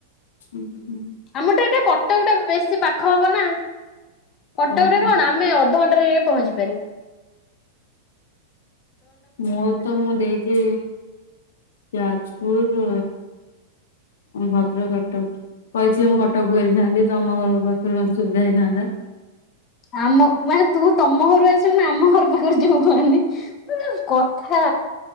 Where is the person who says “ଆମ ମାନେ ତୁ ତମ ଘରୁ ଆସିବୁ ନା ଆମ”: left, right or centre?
Left